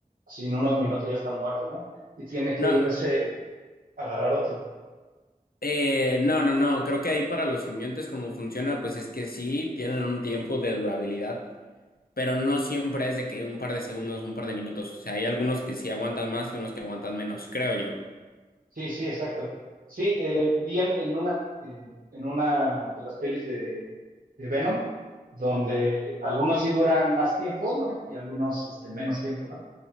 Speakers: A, on the right (about 65°); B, on the left (about 75°).
A: si en unos minutos ya están muertos, ¿no? Y tiene que
B: No,
A: irse a agarrar otro.
B: eh, no, no, no, creo que ahí para los simbiontes como funciona, pues es que sí, tienen un tiempo de durabilidad, pero no siempre es de que un par de segundos, un par de minutos, o sea, hay algunos que sí aguantan más y unos que aguantan menos, creo yo.
A: Sí, sí, exacto. Sí, eh, vi en, en una, eh, en una de las pelis de, de Venom, donde algunos sí duran más tiempo, ¿no? Y algunos este, menos tiempo, ¿no?